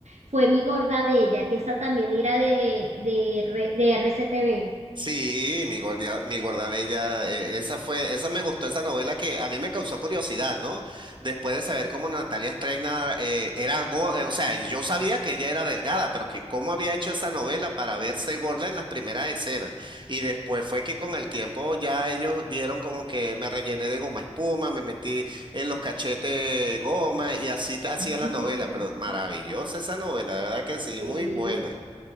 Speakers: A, on the right; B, on the right.
A: fue Mi Gorda Bella, que esa también era de, de, R- de RCTV.
B: Sí, mi guardia, mi guardabella, eh, esa fue, esa me gustó, esa novela que a mí me causó curiosidad, ¿no? Después de saber cómo Natalia Streina eh, era, go- eh, o sea, yo sabía que ella era delgada, pero que cómo había hecho esa novela para verse gorda en las primeras escenas. Y después fue que con el tiempo ya ellos dieron como que me rellené de goma espuma, me metí en los cachetes goma y así t- hacía
A: <laughs>
B: la novela, pero maravillosa esa novela, de verdad que sí,
A: Sí,
B: muy buena.